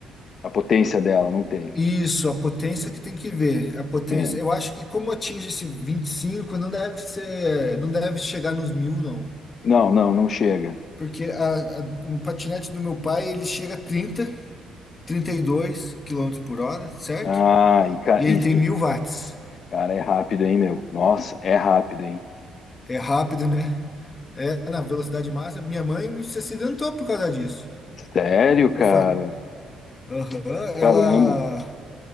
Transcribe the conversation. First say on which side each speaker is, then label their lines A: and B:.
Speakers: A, on the left; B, on the left.
A: A potência dela, não tem.
B: Isso, a potência que tem que ver. A potência,
A: É.
B: eu acho que como atinge esse 25 não deve ser, não deve chegar nos mil, não.
A: Não, não, não chega.
B: Porque a, a- o patinete do meu pai, ele chega a trinta, trinta e dois quilômetros por hora, certo?
A: Ah, e, ca-
B: E ele
A: e-
B: tem mil watts.
A: cara, é rápido, hein, meu? Nossa, é rápido, hein?
B: É rápido, né? É na velocidade máxima. Minha mãe me- se acidentou por causa disso.
A: Sério,
B: Com
A: cara?
B: fa- Aham, ela,
A: Caramba.